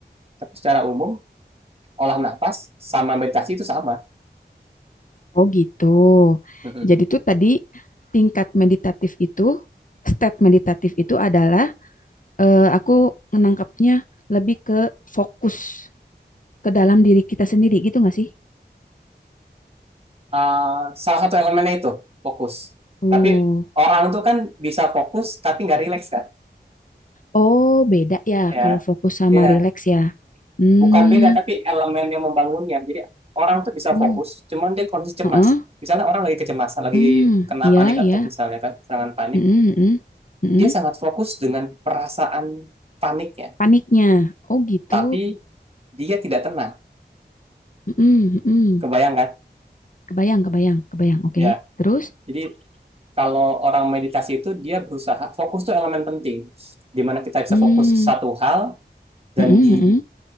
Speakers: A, on the right (about 35°); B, on the left (about 50°).
A: Tapi secara umum, olah nafas sama meditasi itu sama.
B: Oh gitu.
A: <laughs>
B: Jadi tuh tadi tingkat meditatif itu, step meditatif itu adalah eh, aku menangkapnya lebih ke fokus ke dalam diri kita sendiri gitu nggak sih?
A: Uh, salah satu elemennya itu fokus.
B: Oh,
A: Tapi orang tuh kan bisa fokus tapi nggak rileks kan?
B: oh beda ya
A: Ya,
B: kalau fokus sama
A: ya
B: relax ya. Hmm,
A: bukan beda tapi elemen yang membangunnya jadi orang tuh bisa
B: oh,
A: fokus cuman dia kondisi cemas
B: heeh.
A: misalnya orang lagi kecemasan lagi
B: Hmm,
A: kena
B: iya
A: panic attack
B: ya.
A: misalnya kan serangan panik
B: Hmm, hmm, hmm. Hmm, hmm.
A: dia sangat fokus dengan perasaan paniknya
B: Paniknya. Oh gitu.
A: tapi dia tidak tenang
B: Hmm, hmm. hmm.
A: kebayang kan
B: Kebayang, kebayang, kebayang. Oke.
A: ya
B: Terus,
A: jadi kalau orang meditasi itu dia berusaha fokus tuh elemen penting di mana kita bisa
B: hmm,
A: fokus satu hal dan
B: hmm,
A: di
B: hmm. hmm.